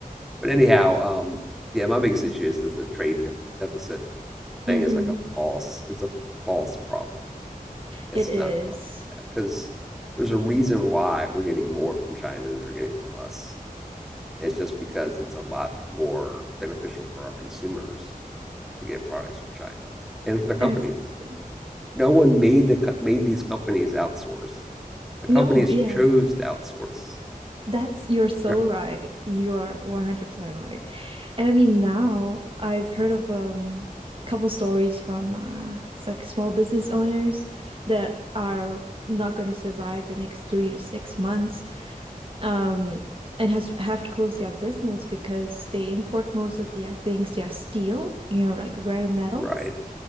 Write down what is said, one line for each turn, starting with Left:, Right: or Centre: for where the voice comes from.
Centre: But anyhow, um, yeah, my biggest
Right: Hmm.
Centre: issue is that the trade def- deficit thing
Right: Mm-hmm.
Centre: is like a false. It's a false problem. It's
Right: It is.
Centre: not a problem. Yeah, because there's a reason why we're getting more from China than they're getting from us. It's just because it's a lot more beneficial for our consumers to get products from China and for the companies.
Right: Exactly.
Centre: no one made the made these companies outsource. The companies
Right: No, yeah.
Centre: chose to outsource.
Right: That's you're so
Centre: Right.
Right: right. You are 100% right. And I mean now I've heard of um couple stories from uh it's like small business owners that are not going to survive the next 3 to 6 months um and has have to close their business because they import most of their things, their steel, you know, like rare metals,
Centre: Right.